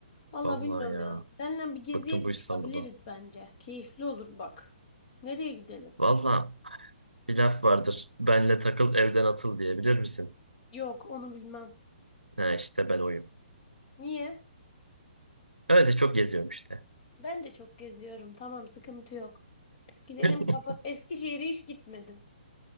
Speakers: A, on the left; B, on the right.
A: Valla
B: Vallahi
A: bilmiyorum
B: ya.
A: ya. Seninle bir geziye
B: Bıktım
A: de
B: bu İstanbul'da.
A: çıkabiliriz bence. Keyifli olur bak. Nereye gidelim?
B: Vallahi Bir laf vardır. Benle takıl evden atıl diye bilir misin?
A: Yok onu bilmem.
B: Ha işte ben oyum.
A: Niye?
B: Öyle çok geziyorum işte.
A: Ben de çok geziyorum. Tamam sıkıntı yok. Gidelim
B: <laughs>
A: kapa Eskişehir'e hiç gitmedim.